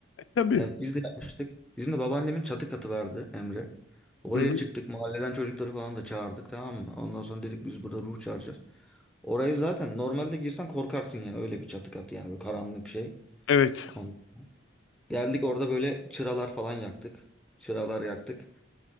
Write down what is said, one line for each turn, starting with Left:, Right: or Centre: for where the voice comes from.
Left: tabii.
Centre: Evet biz de yapmıştık. Bizim de babaannemin çatı katı vardı Emre. Oraya
Left: Hı hı.
Centre: çıktık mahalleden çocukları falan da çağırdık tamam mı? Ondan sonra dedik biz burada ruh çağıracağız. Orayı zaten normalde girsen korkarsın yani öyle bir çatı katı yani böyle karanlık şey.
Left: Evet.
Centre: On. Geldik orada böyle çıralar falan yaktık. Çıralar yaktık.